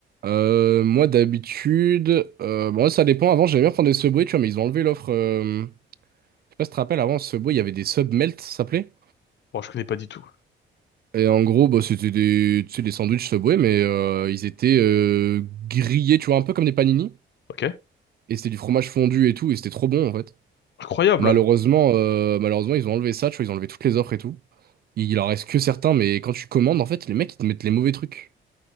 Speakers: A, on the right; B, on the left.
A: Euh, moi, d'habitude, euh, bon, ça dépend. Avant, j'aimais bien prendre des Subway, tu vois, mais ils ont enlevé l'offre. euh, Je sais pas si tu te rappelles, avant, Subway, il y avait des sub melt, ça s'appelait.
B: Bon, je connais pas du tout.
A: Et en gros, bah, c'était des, tu sais, des sandwichs Subway, mais euh, ils étaient euh, grillés, tu vois, un peu comme des panini.
B: Ok.
A: Et c'était du fromage fondu et tout, et c'était trop bon, en fait.
B: Incroyable.
A: Malheureusement, euh, malheureusement, ils ont enlevé ça, tu vois, ils ont enlevé toutes les offres et tout. Il en reste que certains, mais quand tu commandes, en fait, les mecs, ils te mettent les mauvais trucs.